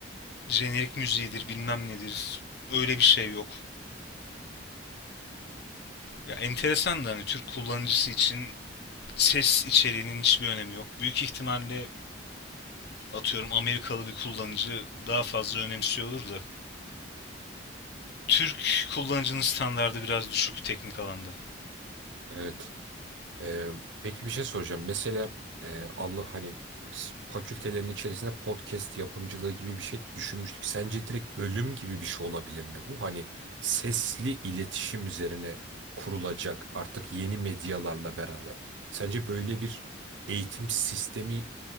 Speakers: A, on the left; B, on the right.
A: jenerik müziğidir, bilmem nedir. Öyle bir şey yok. Ya enteresan da hani Türk kullanıcısı için ses içeriğinin hiçbir önemi yok. Büyük ihtimalle atıyorum Amerikalı bir kullanıcı daha fazla önemsiyordur da Türk kullanıcının standardı biraz düşük teknik alanda.
B: Evet. Ee, peki bir şey soracağım. Mesela e, Allah hani s- fakültelerin içerisinde podcast yapımcılığı gibi bir şey düşünmüştük. Sence direkt bölüm gibi bir şey olabilir mi bu? Hani sesli iletişim üzerine kurulacak artık yeni medyalarla beraber. Sence böyle bir eğitim sistemi